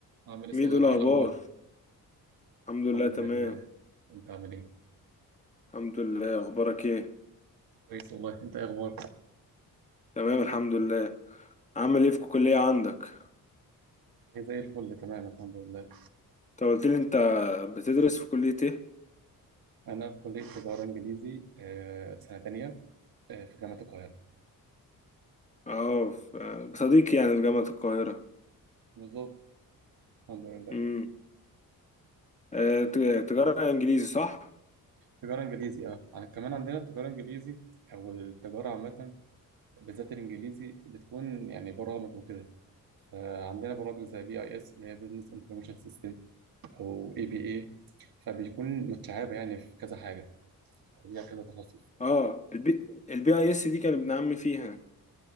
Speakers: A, on the right; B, on the left.
A: عامل ايه صديقي
B: ميدو الأخبار
A: ايه الاخبار
B: الحمد لله
A: الحمد
B: تمام
A: لله انت عامل ايه
B: الحمد لله أخبارك إيه
A: كويس والله انت ايه اخبارك
B: تمام الحمد لله عامل إيه في الكلية عندك
A: أنا زي الفل تمام الحمد لله
B: أنت قلت لي أنت بتدرس في كلية إيه
A: انا في كليه تجاره انجليزي آه، سنه تانية آه، في جامعه القاهره
B: أه في- بصديقي يعني في جامعة القاهرة
A: بالظبط الحمد لله
B: امم آه، ت- تجارة إنجليزي صح
A: تجاره انجليزي اه ع- كمان عندنا التجاره الانجليزي او التجاره عامه بالذات الانجليزي بتكون يعني برامج وكده فعندنا برامج زي بي اي اس اللي هي بزنس انفورميشن سيستم او اي بي اي فبيكون متشعبه يعني في كذا حاجه او ليها كذا تخصص
B: أه البي البي أي إس دي كان ابن عمي فيها